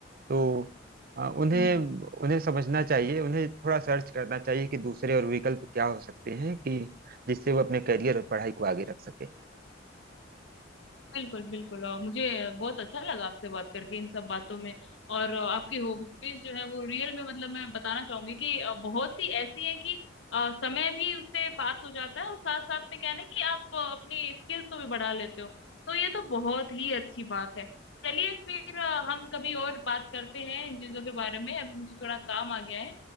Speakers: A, on the right; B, on the left.
A: तो अ, उन्हें
B: हम्म हम्म।
A: उन्हें समझना चाहिए उन्हें थोड़ा सर्च करना चाहिए कि दूसरे और विकल्प क्या हो सकते हैं कि जिससे वो अपने करियर और पढ़ाई को आगे रख सके
B: बिल्कुल बिल्कुल और मुझे बहुत अच्छा लगा आपसे बात करके इन सब बातों में और अ, आपकी हॉबीज जो है वो रियल में मतलब मैं बताना चाहूंगी कि अ, बहुत ही ऐसी है कि अ, समय भी उससे पास हो जाता है और साथ साथ में क्या है ना कि आप अ, अपनी स्किल्स को भी बढ़ा लेते हो तो ये तो बहुत ही अच्छी बात है चलिए फिर अ, हम कभी और बात करते हैं इन चीजों के बारे में अभी मुझे थोड़ा काम आ गया है